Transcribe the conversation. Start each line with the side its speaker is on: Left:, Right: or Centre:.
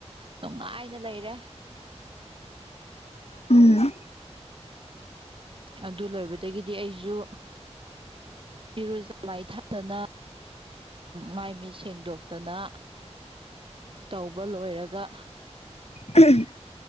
Right: ꯅꯨꯡꯉꯥꯏꯅ ꯂꯩꯔꯦ
Left: ꯎꯝ
Right: ꯑꯗꯨ ꯂꯣꯏꯕꯗꯒꯤꯗꯤ ꯑꯩꯁꯨ ꯏꯔꯨꯖ ꯃꯥꯏ ꯊꯥꯗꯅ ꯃꯥꯏ ꯃꯤꯠ ꯁꯦꯡꯗꯣꯛꯇꯅ ꯇꯧꯕ ꯂꯣꯏꯔꯒ
Left: ꯎꯝ <unintelligible>